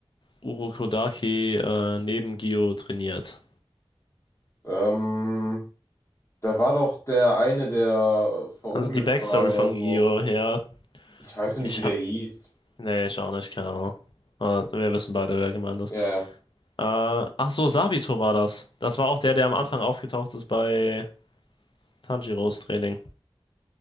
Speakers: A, on the left; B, on the left.
A: Urokodaki äh, neben Gio trainiert?
B: Ähm, da war doch der eine, der verunglückt
A: Also die Backstory
B: war oder
A: von
B: so.
A: Gio, ja.
B: Ich weiß noch
A: Ich
B: nicht, wie der
A: hab.
B: hieß.
A: Nee, ich auch nicht, keine Ahnung. Aber wir wissen beide, wer gemeint ist.
B: Ja,
A: Äh, ach so, Sabito war das. Das war auch der, der am Anfang aufgetaucht ist bei Tanjiros Training.